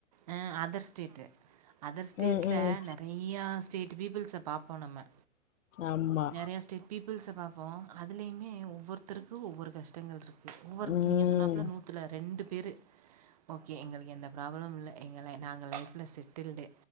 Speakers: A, on the right; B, on the left.
A: ஆ அதர் ஸ்டேட் அதர் ஸ்டேட்ல
B: ம் ம்
A: நெறைய ஸ்டேட் பிப்புள் பாபோம் நம்ம
B: ஆமா
A: நெறைய பிப்புள் பாபோம் அதுலயுமே ஒவ்வொருக்கு ஒவ்வொரு கஷ்ட் டங்கள் இருக்கு ஒவ்வொரு
B: ம்
A: நீங்க சொன்னாப்பல நூத்து ரெண்டு பேரு ஓகே எங்களுக்கு எந்த ப்ராப்ளம் இல்ல எங்கள நாங்க லைப் செட்டில்டு